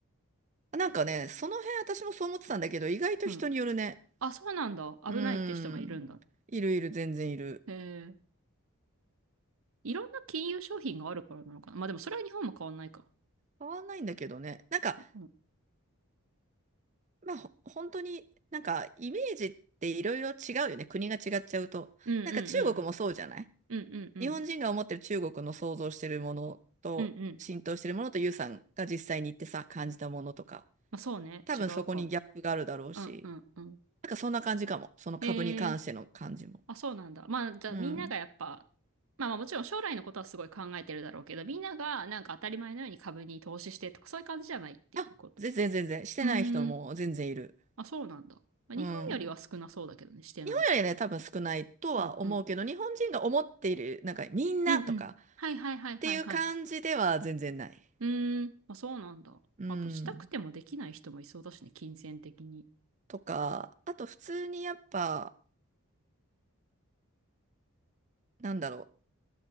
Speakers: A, on the right; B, on the right.
A: なんかね、その辺私もそう思ってたんだけど、意外と人によるね。
B: うん。あ、そうなんだ。危ないって人もいるんだ。
A: うん。いるいる、全然いる。
B: へえ。いろんな金融商品があるからなのかな。まあでもそれは日本も変わんないか。
A: 変わんないんだけどね。なんか、
B: うん。
A: まあ、ほ本当に、なんか、イメージっていろいろ違うよね。国が違っちゃうと。
B: うんうんうんうん。
A: なんか中国もそうじゃない
B: うんうんうん。
A: 日本人が思ってる中国の想像してるものと、
B: うんうん。
A: 浸透してるものと、ユウさんが実際に行ってさ、感じたものとか。
B: まあそうね。
A: 多分そこにギャップがあるだろうし。
B: 違うかも。うんうんうん。
A: なんかそんな感じかも。その株に関しての感じも。
B: へえ、あ、そうなんだ。まあ、じゃあみんながやっぱ、
A: うん。
B: まあまあもちろん将来のことはすごい考えてるだろうけど、みんながなんか当たり前のように株に投資してとかそういう感じじゃないっていうこと。
A: あ、全然全然。してない人も全然いる。
B: うーん。あ、そうなんだ。まあ、
A: うん。
B: 日本よりは少なそうだけどね、してない人。
A: 日本よりね、多分少ないとは思うけど、
B: うんうん。
A: 日本人が思っている、なんかみんなとか
B: うんうん。はいはいはいはいはい。
A: っていう感じでは全然ない。
B: うーん。あ、そうなんだ。
A: うん。
B: あと、したくてもできない人もいそうだしね、金銭的に。
A: とか、あと普通にやっぱ、なんだろ